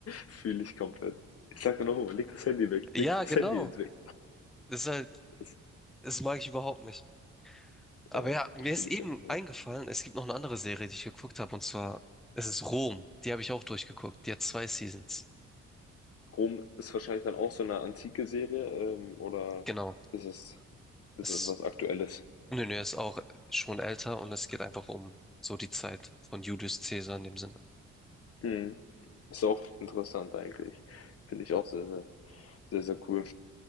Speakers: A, on the left (about 50°); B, in the centre.
A: Fühle ich komplett. Ich sag dir noch mal: „Leg das Handy weg,
B: Ja,
A: leg das
B: genau.
A: Handy jetzt weg.“
B: Das ist halt,
A: Das
B: das mag ich überhaupt nicht. Aber
A: ja,
B: ja, mir
A: fühle
B: ist eben
A: ich einfach
B: eingefallen, es gibt noch eine andere Serie, die ich geguckt habe, und zwar, es ist Rom. Die habe ich auch durchgeguckt. Die hat zwei Seasons.
A: Rom ist wahrscheinlich dann auch so eine antike Serie, ähm, oder
B: Genau.
A: ist es ist
B: Es
A: es was Aktuelles?
B: Nö, nö, er ist auch schon älter und es geht einfach um so die Zeit von Julius Caesar in dem Sinne.
A: Mhm. Ist auch interessant eigentlich. Finde ich auch sehr, sehr, sehr, sehr cool.